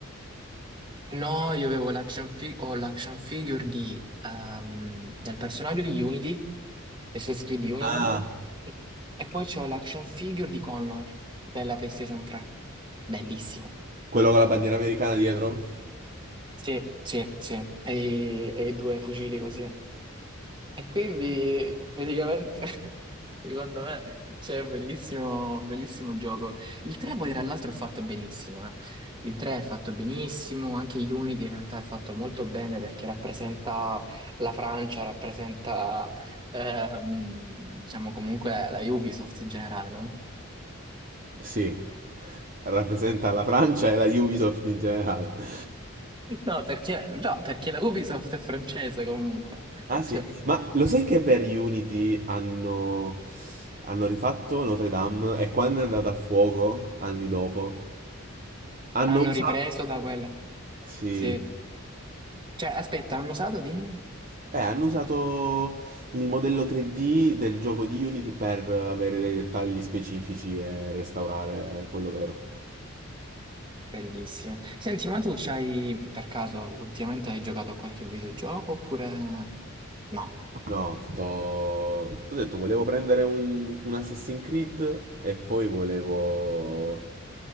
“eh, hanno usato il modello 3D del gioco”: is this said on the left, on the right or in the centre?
Right